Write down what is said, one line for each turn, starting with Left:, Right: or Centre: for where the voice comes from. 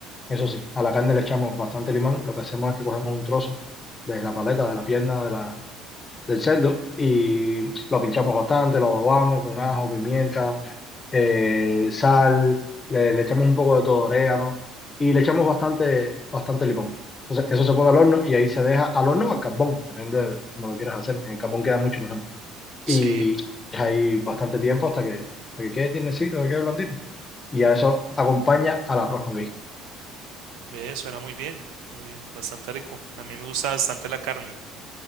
Left: Eso sí, a la carne le echamos bastante limón. Lo que hacemos es que cogemos un trozo de la paleta, de la pierna de la, del cerdo y lo pinchamos bastante, lo adobamos con ajo, pimienta eh, sal, le, le echamos un poco de todo, orégano, y le echamos bastante, bastante limón. Entonces, eso se pone al horno y ahí se deja al horno o al carbón, depende de cómo lo quieras hacer. En el carbón queda mucho mejor.
Right: Sí,
Left: Y ahí bastante tiempo hasta que, hasta que quede tiernecito, que quede blandito. Y a eso acompaña al arroz con guiso.
Right: ve, suena muy bien, muy bastante rico. A mí me gusta bastante la carne.